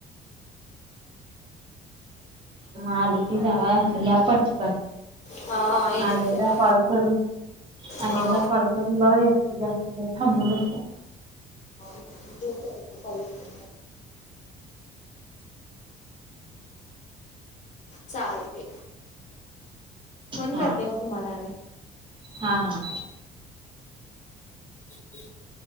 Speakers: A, on the right; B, on the left.
A: म आली.... जावा या पटकन.....
B: हा येणार
A: अनेकदा
B: त्याला
A: कॉल करून अनेकदा
B: हा
A: कॉल.... सोनू भाऊ जास्त वेळ थांबू नको....
B: घे जरा पालखीचं... चालतय...... फोन
A: हा
B: करते म तुम्हाला आणि....
A: हा हा...
B: <unintelligible>